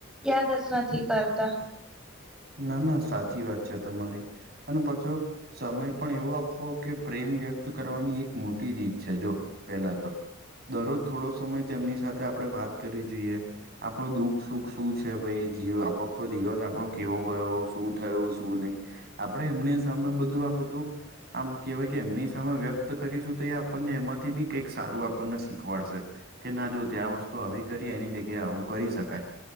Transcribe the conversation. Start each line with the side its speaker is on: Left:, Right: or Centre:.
Centre: યાદ જ નથી કરતા.
Right: ના ના સાચી વાત છે તમારી અને પાછો સમય પણ એવો આપવો કે પ્રેમ વ્યક્ત કરવાની એક મોટી રીત છે જો પેલા તો દરરોજ થોડો સમય તેમની સાથે આપડે વાત કરી જોઈએ. આપણો દુઃખ સુખ શું છે ભાઈ જીવ આપોખો દિવસ આપણો કેવો ગયો, શું થયુ શું નહિ, આપડે એમની સામે બધું આ બધું આમ કહેવાય કે એમની સામે વ્યક્ત કરીશું તો એ આપણને એમાંથી બી કઈક સારું આપ આપણને શીખવાડશે કે ના જો ત્યા આ વસ્તુ આવી કરી એની જગ્યાએ આવું કરી શક કાય.